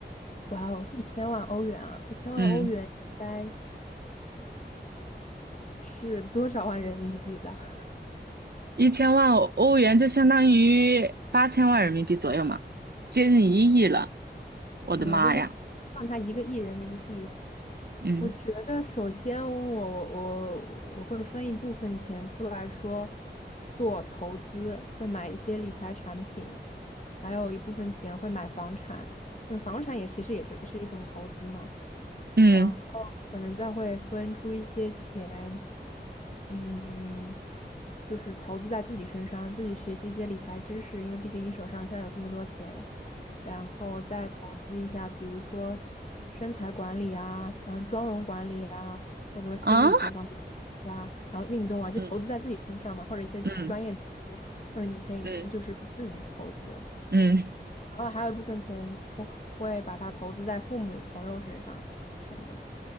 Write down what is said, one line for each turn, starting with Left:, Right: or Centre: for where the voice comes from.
Left: 哇哦，一千万欧元啊！一千万欧元应该
Right: 嗯，
Left: 是多少万人民币了？<laughs>
Right: 一千万欧元就相当于八千万人民币左右嘛，接近一亿了。我的妈呀！
Left: 啊，那就算他一个亿人民币。
Right: 嗯
Left: 我觉得，首先我我我我会分一部分钱出来说做投资，会买一些理财产品，还有一部分钱会买房产，因为房产也其实也是是一种投资嘛。
Right: 嗯
Left: 然后可能再会分出一些钱。嗯，就是投资在自己身上，自己学习一些理财知识，因为毕竟你手上现在有这么多钱，然后再投资一下，比如说身材管理啊，然后妆容管理啊，或者说心理学方面啊，
Right: 啊，
Left: 然后运动啊，就投资在自己身上嘛，
Right: 嗯
Left: 或者一些专专业知识，
Right: 嗯
Left: 或者你可以就是自己投资，
Right: 嗯嗯，
Left: 然后还有一部分钱我会把它投资在父母朋友身上，可能。